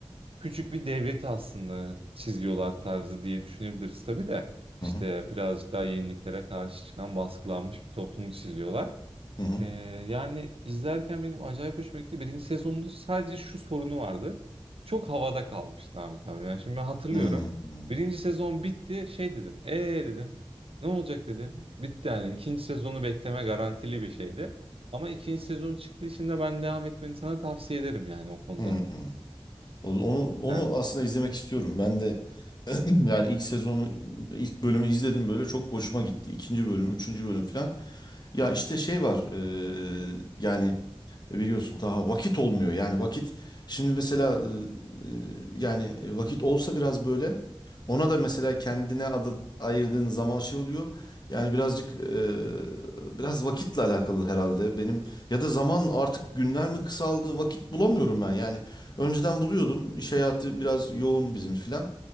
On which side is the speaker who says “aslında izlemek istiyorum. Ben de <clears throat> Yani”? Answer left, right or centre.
Left